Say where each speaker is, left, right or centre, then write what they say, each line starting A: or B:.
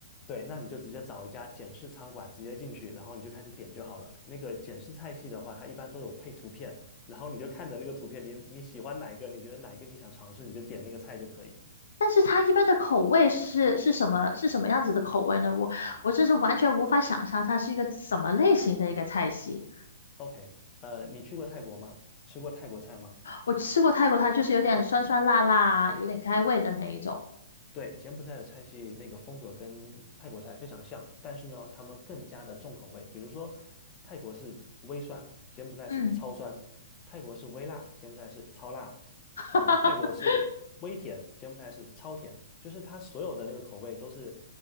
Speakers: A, on the left; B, on the left.
A: 对，那你就直接找一家简式餐馆，直接进去，然后你就开始点就好了。那个简式菜系的话，它一般都有配图片，然后你就看着那个图片，你你喜欢哪一个，你觉得哪一个你想尝试，你就点那个菜就可以。
B: 但是它一般的口味是是什么？是什么样子的口味呢？我我这是完全无法想象它是一个什么类型的一个菜系。
A: OK，呃，你去过泰国吗？吃过泰国菜吗？
B: 我吃过泰国它就是有点酸酸辣辣啊，有点开胃的那一种。
A: 对，柬埔寨的菜系那个风格跟泰国菜非常的像，但是呢，他们更加的重口味。比如说，泰国是微酸，柬埔寨是超酸；
B: 嗯，
A: 泰国是微辣，柬埔寨是超辣；
B: <laughs>
A: 呃，泰国是微甜，柬埔寨是超甜。就是它所有的那个口味都是